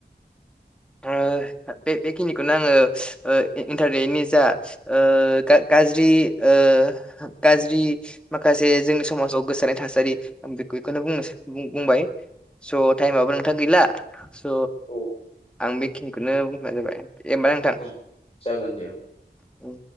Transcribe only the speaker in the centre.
<unintelligible> बे बेखिनिखौनो आङो ओ इन्टारनेटनि जा ओ गा गाज्रि ओ ओ गाज्रि माखासे जोंनि समाजाव गोसारनाय थासारि आं बेखौनो बुंनो बुंबाय स' टाइमाबो नोंथां गैला स'
आं बेखिनिखौनो बुंनाबाय जाबाय दे होमबाना
नोंथां।